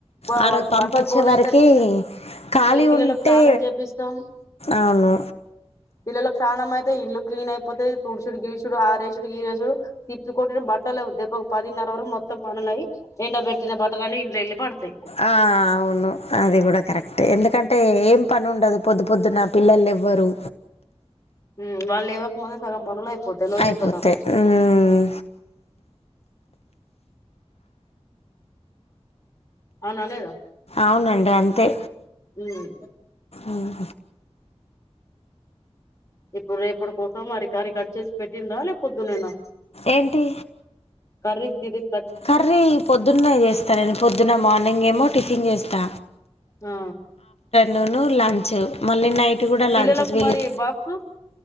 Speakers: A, on the left; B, on the left.
A: బ
B: ఆ
A: వా
B: రోజు పంపు
A: బట్టలు
B: వచ్చే
A: బొల్లు
B: వరకి
A: అయేసరికి
B: ఖాళీ
A: పిల్లలకు
B: ఉంటే
A: స్నానం చేపిస్తాం
B: అవును
A: పిల్లలకు స్నానం అయితే ఇల్లు క్లీన్ అయిపోతతది తుడుసుడు గీరుచుడు ఆరేసుడు గీరేసుడు తిప్పి కొట్టిన బట్టలేవు దెప్ప ఒక పదిన్నర వర మొం మొత్తం పనులయి ఎండ బెట్టిన బట్టలన్న ఇంట్లల్లి పడతాయి
B: ఆ అవును అది కూడా కరెక్టే ఎందుకంటే ఏం పని ఉండదు పొద్దు పొద్దు నా పిల్లలే ఎవరు
A: మ్ వాళ్లెవకముందు సగం పనులు అయిపో పోతే లోల్లిపోతం
B: అయిపోతాయి ఉమ్,
A: అవునుదేగా
B: అవునండి అంతే
A: ఉం
B: ఉమ్
A: ఇప్పుడు రేపటి కోసం మరి కర్రి కట్ చేసి పెట్టిండ్రా లేక పోద్దునేనా
B: ఏంటి
A: కర్రీజ్ గిరి
B: కర్రీ పొద్దున్న చేస్తా నేను పొద్దున్న మార్నింగ్ ఏమో టిఫిన్ చేస్తా
A: ఆ
B: లోను లంచ్ మళ్ళీ నైట్ కూడా
A: పిల్లలకు
B: లంచెస్ వెలే
A: మరి బాక్సు